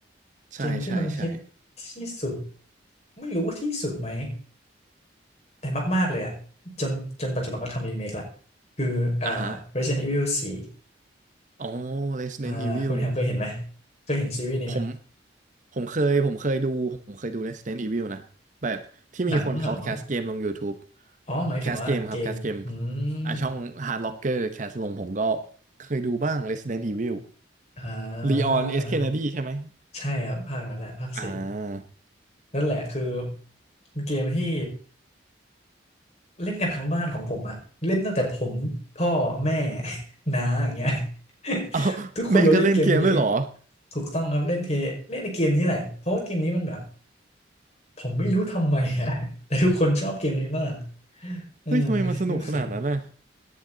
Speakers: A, on the left (about 35°); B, on the right (about 40°).
A: เกมที่มันฮิต
B: ใช่ใช่ใช่
A: ที่สุดไม่รู้ว่าที่สุดไหมแต่มากๆเลยอ่ะจนจนปัจจุบันเขาทำรีเมคแหละคืออ่า
B: อ่าฮะ
A: Resident Evil 4
B: อ๋อ Resident
A: อ่าคุณแฮมเคยเห็นไหม
B: Evil
A: เคยเห็นซีรีส์นี้ไหม
B: ผมผมเคยผมเคยดูผมเคยดู Resident Evil นะแบบที่มีคนเขาแคสเกมลง
A: หนังเหรอ
B: YouTube
A: อ๋อหมายถึงว่าเกมอืม
B: แคสเกมครับแคสเกมอ่ะช่อง Hard Locker แคสลงผมก็เคยดูบ้าง Resident Evil
A: อ่า
B: Leon S. Kennedy ใช่ไหม
A: ใช่ครับภาคนั้นแหละภาคสี่
B: อ่า
A: นั่นแหละคือเกมที่เล่นกันทั้งบ้านของผมอะเล่นตั้งแต่ผมพ่อแม่ <laughs> น้าอย่างเงี้ย <laughs>
B: เอา
A: ทุกคนล้วนเล่นเกมนี้
B: แม่ก็เล่นเกมด้วยเหรอ
A: ถูกต้องครับเล่นเพย์เล่นในเกมนี้แหละเพราะว่าเกมนี้มันแบบผมไม่รู้ทำไมอะ <laughs> แต่ทุกคนชอบเกมนี้มากเออ
B: เฮ้ยทำไมมันสนุกขนาดนั้นน่ะ
A: ไม่รู้สิ